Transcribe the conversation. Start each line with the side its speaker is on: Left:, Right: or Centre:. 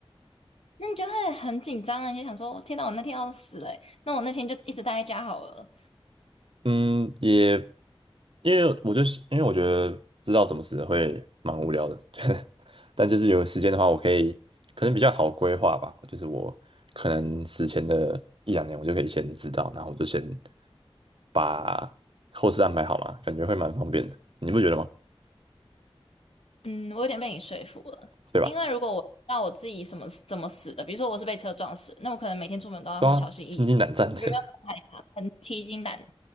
Left: 那你就会很紧张啊，你就想说，天哪，我那天要是死了耶那我那天就一直待在家好了。
Right: 嗯，也因为我就是因为我觉得知道怎么死会蛮无聊的，<laughs> 但就是有时间的话，我可以可能比较好规划吧。就是我可能死前的一两年，我就可以先知道，然后我就先把后事安排好嘛，感觉会蛮方便的。你不觉得吗？
Left: 嗯，我有点被你说服了，
Right: 对吧？
Left: 因为如果我知道我自己什么怎么死的，比如说我是被车撞死，那我可能每天出门都要很小心翼翼，
Right: 都要心惊胆战的。
Left: 我觉得很害怕，很提心胆、